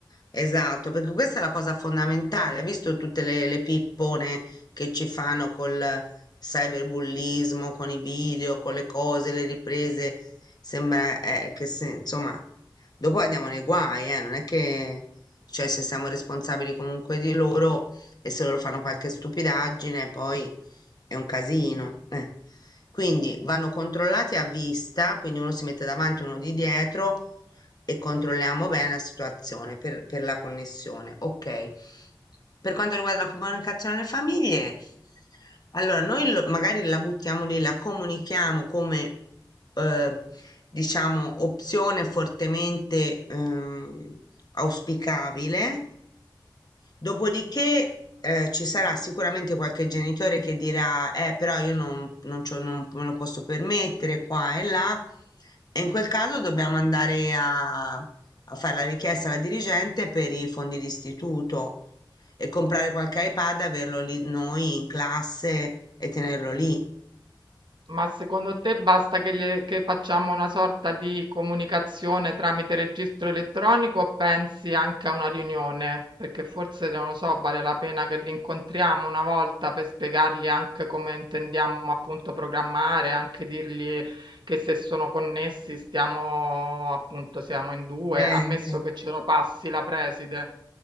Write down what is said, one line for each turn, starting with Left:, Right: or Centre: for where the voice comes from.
Left: esatto, perché questa è la cosa fondamentale. Hai visto tutte le, le pippone che ci fanno col cyberbullismo, con i video, con le cose, le riprese? Sembra eh, che se- insomma, dopo andiamo nei guai, eh, Non è che, cioè, se siamo responsabili comunque di loro e se loro fanno qualche stupidaggine, poi è un casino. eh. Quindi vanno controllati a vista, quindi uno si mette davanti, uno di dietro e controlliamo bene la situazione per, per la connessione. Ok. Per quanto riguarda la comunicazione alle famiglie, allora noi lo- magari la buttiamo lì, la comunichiamo come eh, diciamo opzione fortemente ehm, auspicabile Dopodiché eh, ci sarà sicuramente qualche genitore che dirà, eh, però io non, non c'ho- non me lo posso permettere qua e là, e in quel caso dobbiamo andare a, a fare la richiesta alla dirigente per i fondi d'istituto e comprare qualche iPad, averlo lì noi in classe e tenerlo lì.
Right: Ma secondo te basta che, gli- che facciamo una sorta di comunicazione tramite registro elettronico o pensi anche a una riunione? Perché forse, non lo so, vale la pena che li incontriamo una volta per spiegargli anche come intendiamo appunto programmare, anche dirgli che se sono connessi stiamo appunto siamo in due,
Left: Sente.
Right: ammesso che ce lo passi la preside.